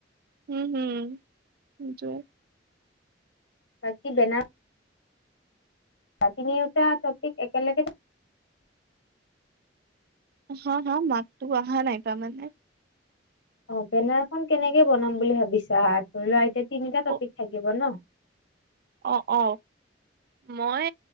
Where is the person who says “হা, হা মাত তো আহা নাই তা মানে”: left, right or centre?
Right